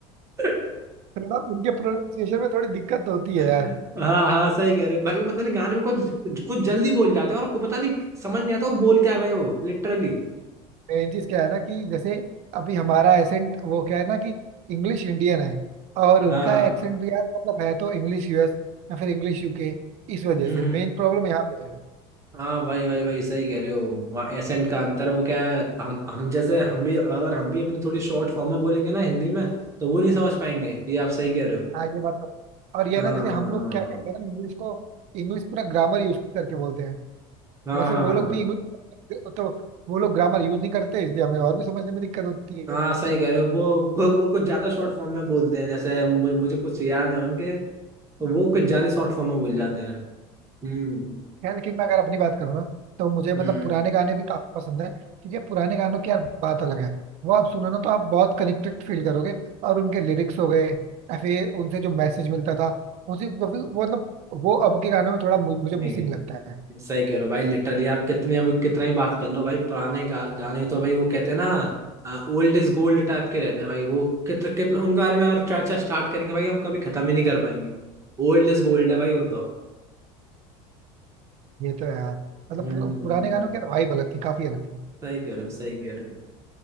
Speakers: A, on the right; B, on the right.
A: <laughs>
B: थोड़ा उनके प्रोनाउंसिएशन में थोड़ी दिक्कत तो होती है
A: हाँ
B: यार
A: हाँ सही कह रहे हो भाई वो पता नहीं गाने में कुछ कुछ जल्दी बोल जाते हैं और को पता नहीं समझ नहीं आता वो बोल क्या गए हो लिटरली
B: मेन चीज क्या है ना कि जैसे अभी हमारा एसेंट वो क्या है ना कि इंग्लिश इंडियन है और उनका
A: हाँ हाँ
B: एक्सेंट भी यार मतलब है तो इंग्लिश यूएस या फिर इंग्लिश यूके इस वजह
A: हम्म
B: से
A: हम्म
B: मेन प्रॉब्लम यहाँ पे है
A: हाँ भाई भाई भाई सही कह रहे हो वहाँ एसेंट का अंतर वो क्या है हम हम जैसे हम भी अगर हम भी अपनी थोड़ी शॉर्ट फॉर्म में बोलेंगे ना हिंदी में तो वो नहीं समझ पाएंगे ये आप सही कह रहे हो
B: हाँ ये बात तो और ये
A: हाँ
B: है ना जैसे
A: हाँ
B: हम लोग क्या करते हैं ना इंग्लिश को इंग्लिश पूरा ग्रामर यूज करके बोलते हैं
A: हाँ
B: वैसे
A: हाँ
B: वो
A: हाँ
B: लोग
A: हाँ
B: भी इंग्लिश तो वो लोग ग्रामर यूज नहीं करते इसलिए हमें और भी समझने में दिक्कत होती
A: हाँ
B: है
A: सही कह रहे हो वो वो, वो कुछ ज्यादा शॉर्ट फॉर्म में बोलते हैं जैसे मु- मुझे कुछ याद है उनके तो वो कुछ ज्यादा शॉर्ट फॉर्म में बोल जाते हैं हम्म
B: यार लेकिन मैं अगर अपनी बात करूँ ना तो मुझे मतलब
A: हम्म हम्म,
B: पुराने गाने भी काफी पसंद है क्योंकि पुराने गानों की यार बात अलग है वो आप सुनो ना तो आप बहुत कनेक्टेड फील करोगे और उनके लिरिक्स हो गए या फिर उनसे जो मैसेज मिलता था उसी वो भी- वो मतलब वो अब के गानों में थोड़ा मु- मुझे
A: नहीं
B: मिसिंग लगता है
A: सही कह रहे हो भाई लिटरली आप कितने अभी कितना ही बात कर लो भाई पुराने गा, गाने तो भाई वो कहते हैं ना ओल्ड इज गोल्ड टाइप के रहते हैं भाई वो कितने कितने उनके बारे में अगर चर्चा स्टार्ट करेंगे भाई हम कभी खत्म ही नहीं कर पाएंगे ओल्ड इज गोल्ड है भाई वो तो
B: ये तो है यार मतलब
A: हम्म
B: पुर, पुराने
A: हम्म।
B: गानों की वाइब अलग थी काफी अलग थी
A: सही कह रहे हो सही कह रहे हो